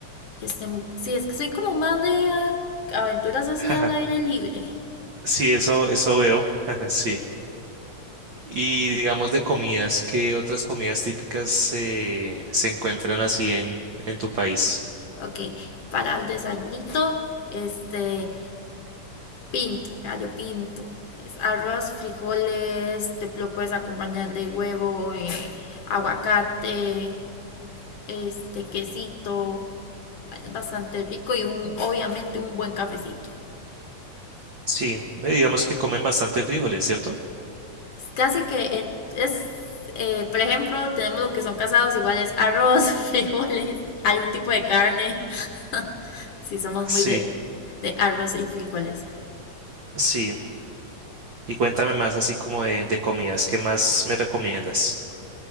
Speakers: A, on the left; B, on the right.
A: Este, sí, es que soy como más de ah, aventuras así
B: jaja,
A: al aire libre.
B: sí, eso, eso veo, <laughs> sí. Y digamos de comidas, ¿qué otras comidas típicas se se encuentran así en, en tu país?
A: Ok, para el desayunito, este, pinto, gallo pinto. Es arroz, frijoles, te lo puedes acompañar de huevo, eh, aguacate, este, quesito. Bueno, es bastante rico y un, obviamente un buen cafecito.
B: Sí, me digamos que comen bastante frijoles, ¿cierto?
A: Es casi que eh, es, eh, por ejemplo, tenemos lo que son casados, igual es arroz, <laughs> frijoles, algún tipo de carne. <laughs> Si somos
B: Sí,
A: muy de, de arroz y frijoles.
B: sí. Y cuéntame más así como de, de comidas, ¿qué más me recomiendas?